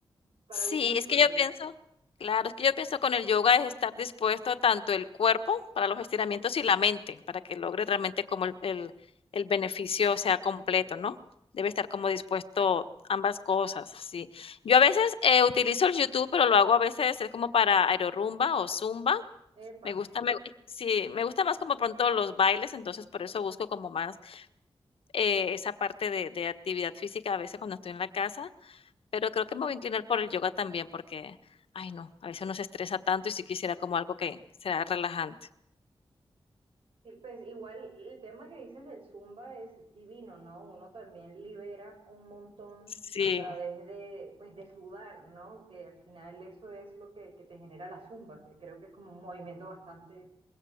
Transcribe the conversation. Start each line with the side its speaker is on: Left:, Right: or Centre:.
Right: para
Left: Sí,
Right: gustos y
Left: es
Right: colores.
Left: que yo pienso claro, es que yo pienso con el yoga es estar dispuesto tanto el cuerpo para los estiramientos y la mente, para que logre realmente como el el el beneficio sea completo, ¿no? Debe estar como dispuesto ambas cosas, sí. Yo a veces, eh, utilizo el YouTube, pero lo hago a veces, es como para aerorumba o zumba.
Right: Epa.
Left: Me gusta me sí, me gusta más como pronto los bailes, entonces por eso busco como más, eh, esa parte de de actividad física a veces cuando estoy en la casa pero creo que me voy a inclinar por el yoga también porque, ay no, a veces uno se estresa tanto y sí quisiera como algo que sea relajante.
Right: Sí, pues igual el tema que dices del Zumba es divino, ¿no? Uno también libera un montón
Left: Sí,
Right: a través de, pues, de sudar, ¿no? Que al final eso es lo que, que te genera la Zumba, que creo que es como un movimiento bastante